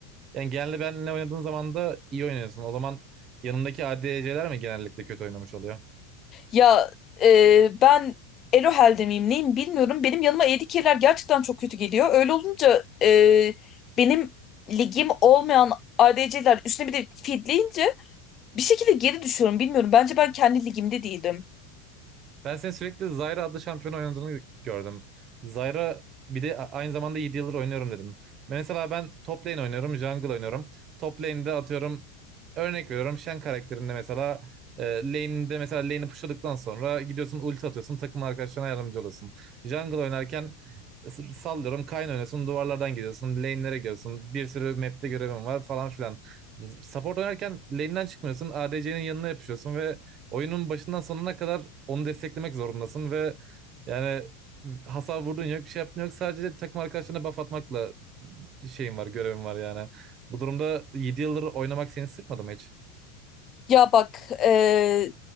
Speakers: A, on the right (about 40°); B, on the left (about 40°).
A: Yani genelde benle oynadığın zaman da iyi oynuyorsun. O zaman yanındaki ADC'ler mi genellikle kötü oynamış oluyor?
B: Ya e, ben Elohel'de miyim neyim bilmiyorum. Benim yanıma ADC'ler gerçekten çok kötü geliyor. Öyle olunca e, benim ligim olmayan ADC'ler üstüne bir de feedleyince bir şekilde geri düşüyorum bilmiyorum. Bence ben kendi ligimde değilim.
A: Ben senin sürekli Zyra adlı şampiyonu oynadığını gördüm. Zyra bir de a- aynı zamanda 7 yıldır oynuyorum dedin. Ben Mesela ben top lane oynuyorum, jungle oynuyorum. Top lane'de atıyorum örnek veriyorum Shen karakterinde mesela e, lane'de mesela lane'i pushladıktan sonra gidiyorsun ulti atıyorsun takım arkadaşlarına yardımcı olasın. Jungle oynarken s- sallıyorum Kayn oynuyorsun duvarlardan gidiyorsun lane'lere gidiyorsun bir sürü map'te görevim var falan filan. Support oynarken lane'den çıkmıyorsun ADC'nin yanına yapışıyorsun ve oyunun başından sonuna kadar onu desteklemek zorundasın ve yani hasar vurdun yok bir şey yaptın yok sadece takım arkadaşlarına buff atmakla şeyin var görevin var yani. Bu durumda 7 yıldır oynamak seni sıkmadı mı hiç?
B: Ya bak eee,